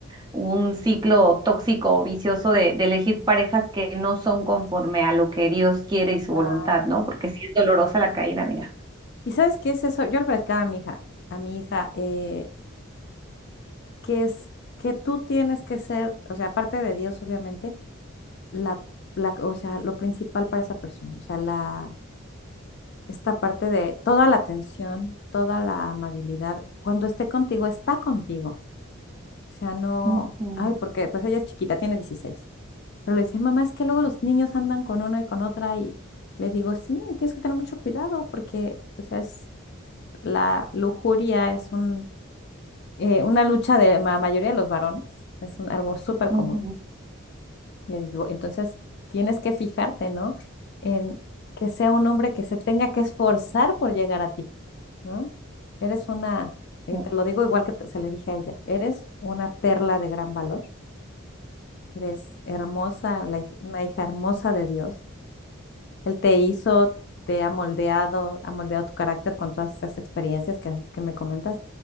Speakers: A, on the right; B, on the left.
A: un ciclo tóxico o vicioso de, de elegir parejas que no son conforme a lo que Dios quiere y su
B: Claro.
A: voluntad, ¿no? Porque sí es dolorosa la caída, amiga.
B: ¿Y sabes qué es eso? Yo le platicaba a mi hija, a mi hija, eh, que es que tú tienes que ser, o sea, aparte de Dios, obviamente, la, la, o sea, lo principal para esa persona, o sea, la, esta parte de toda la atención, toda la amabilidad, cuando esté contigo, está contigo. O sea, no,
A: Ujú,
B: ay, porque pues ella es chiquita, tiene 16. Pero le dice, mamá, es que luego los niños andan con uno y con otra y le digo, sí, tienes que tener mucho cuidado porque, o sea, es la lujuria, es un eh, una lucha de la mayoría de los varones, es un- algo súper
A: ujú,
B: común, le digo. Entonces, tienes que fijarte, ¿no? En que sea un hombre que se tenga que esforzar por llegar a ti, ¿no? Eres una, y
A: ujú,
B: te lo digo igual que te- se le dije a ella, eres una perla de gran valor, eres hermosa, la hij- una hija hermosa de Dios él te hizo, te ha moldeado, ha moldeado tu carácter con todas esas experiencias que, has- que me comentas.